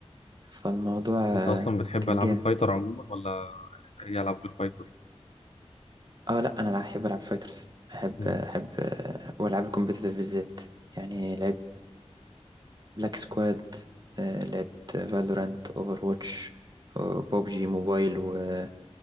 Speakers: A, on the right; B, on the left.
A: فالموضوع آه،
B: انت اصلا بتحب
A: كان
B: العاب
A: جامد
B: الفايتر عموما ولا يلعب غير فايتر
A: اه لا انا احب العب فايترز احب
B: مم.
A: احب آه، والعاب الكومبيتيتيف بالذات يعني لعبت بلاك سكواد لعبت فالورانت اوفر واتش ببجي موبايل و-